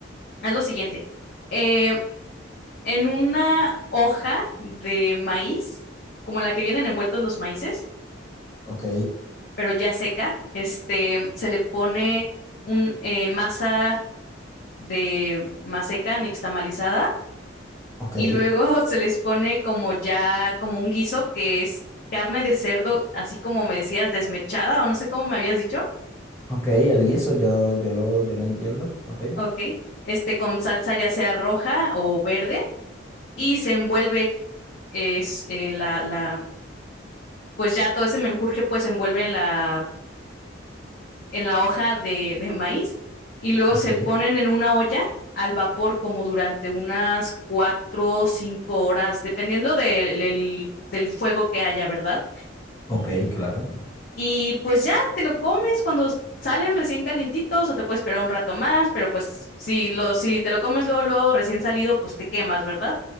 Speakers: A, on the left (about 50°); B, on the left (about 15°).
A: es lo siguiente. Eh, en una hoja de maíz, como en la que vienen envueltos los maíces,
B: Ok,
A: pero ya seca, este, se le pone un eh, masa de maseca nixtamalizada
B: ok.
A: y luego <laughs> se les pone como ya, como un guiso que es carne de cerdo, así como me decías, desmechada o no sé cómo me habías dicho,
B: Ok, el guiso yo, yo lo, yo lo entiendo. Ok,
A: ok, este con salsa ya sea roja o verde y se envuelve es eh, la, la, pues ya todo ese menjurje pues se envuelve en la, en la hoja de, de maíz y luego
B: ok,
A: se ponen en una olla al vapor como durante unas cuatro o cinco horas, dependiendo del, del del fuego que haya, ¿verdad?
B: ok, claro.
A: Y pues ya te lo comes cuando s- salen recién calientitos o te puedes esperar un rato más, pero pues si lo, si te lo comes luego, luego recién salido, pues te quemas, ¿verdad?